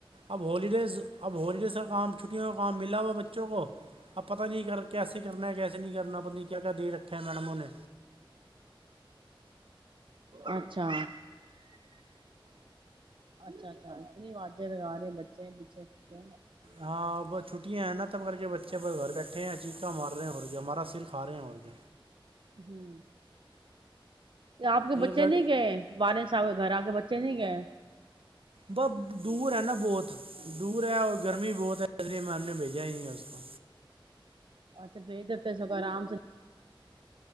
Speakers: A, on the right; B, on the right.
A: اب ہولیڈیز اب ہولیڈیز کا کام چھٹیوں کا کام ملا ہوا بچوں کو اب پتہ نہیں کر کیسے کرنا ہے کیسے نہیں کرنا پت نہیں کیا کیا دے رکھے ہیں میڈمو نے
B: اچھا اچھا اچھا اتنی آازیں لگا رہی ہیں بچے پیچھےتے
A: ہاں ب چھٹیاں ہیں نا تو سب کر کے بچے پر گھر بیٹھے ہیں چیقا مار رہے ہیں اور کے ہمارا سر کھا رہے ہیں اور کے
B: ہوں آپ کے بچے
A: ایک ل
B: نہیں گئے والد صاحب کے گھر آ کے بچے نہیں گئے
A: ب دور ہے نا بہت دور ہے اور گرمی ب ہے اس لیے میں ہم نے بھیجا ہی ہے اس کو
B: اچھا بھیج دیتے ہیں س آرام سے